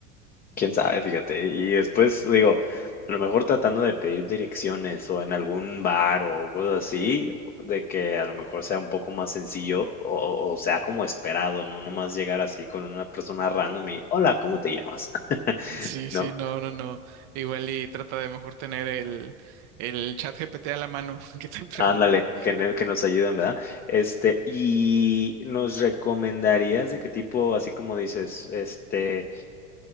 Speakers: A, on the left; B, on the right.
A: Quién sabe, fíjate. Y después, digo, a lo mejor tratando de pedir direcciones o en algún bar o cosas así, de que a lo mejor sea un poco más sencillo o, o sea como esperado, ¿no? no más llegar así con una persona random y, hola, ¿cómo te llamas? <laughs>
B: Sí, sí,
A: ¿No?
B: no, no, no. Igual y trata de mejor tener el el chat GPT a la mano <laughs> que te pregunte.
A: Ándale, que, ne- que nos ayuden, ¿verdad? Este, y nos recomendarías de qué tipo, así como dices, este,